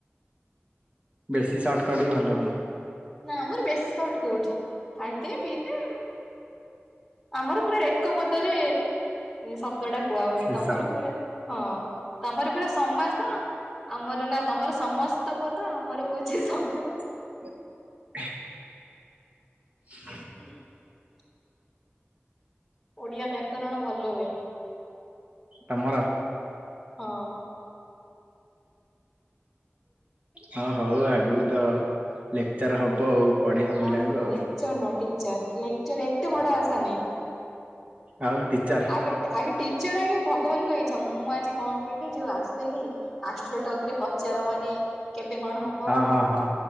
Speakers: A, on the right; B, in the centre.
A: ବେଶୀ ସର୍ଟକଟ ହି ଭଲ ନୁହଁ।
B: ନା ଆମର ବେଶୀ ସର୍ଟ କୋଉଠି ଖାଇତେ ପିଇତେ ଆମର ପୁରା ଏକ ପଦରେ ଶବ୍ଦ ଟା କୁହାହୁଏ
A: ଶେଷ
B: ତମର ପୁରା ହଁ। ତମର ପୁରା ସମାସ ଆମର ନା ତମର ସମସ୍ତ ପଦ ଆମର ହୋଉଛି ସମ
A: <inaudible> <inaudible>
B: <unintelligible> ଓଡିଆ ବ୍ୟାକରଣ ଭଲ ହୁଏ।
A: ତମର?
B: ହଁ।
A: ହଁ ହୋଉ ଆଗକୁ ତ ଲେକ୍ଚର ହବ ଆଉ। ପଢେଇବ
B: ନା
A: ପିଲାଙ୍କୁ ଆଉ
B: ଲେକ୍ଚର ନୁହଁ ଟିଚର ଲେକ୍ଚର ଏତେ ବଡ ଆସା ନହିଁ।
A: ଆଉ ଟିଚର୍?
B: ଆ ଆଗେ ଟିଚର ଆଗେ ଭଗବାନଙ୍କ ଇଚ୍ଛା ମୁଁ ଆଜି କଣ କହିଲି ଯୋଉ ଆସେନି ଆଷ୍ଟ୍ରୋଟକ ରେ ପଚାର ମାନେ କେବେ କଣ ହବ
A: ହଁ ହଁ ହଁ।